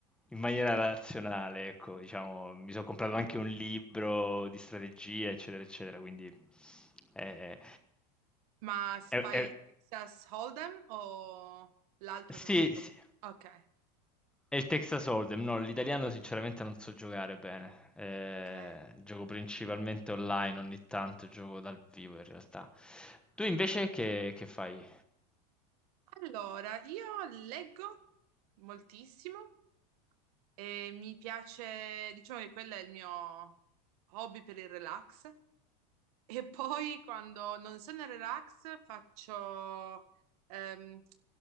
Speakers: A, in the centre; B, on the right (about 65°).
A: in maniera razionale, ecco, diciamo, mi sono comprato anche un libro di strategia, eccetera, eccetera, quindi eh,
B: Ma s-
A: è-
B: fai
A: è-
B: il Texas Hold'em o l'altro
A: sì,
B: che non mi ricordo?
A: sì.
B: Ok,
A: E il Texas Hold'em, no, l'italiano sinceramente non so giocare bene, Eh,
B: ok.
A: gioco principalmente online, ogni tanto gioco dal vivo in realtà. Tu invece che, che fai?
B: Allora, io leggo moltissimo e mi piace, diciamo che quello è il mio hobby per il relax. E poi quando non sono in relax faccio, ehm,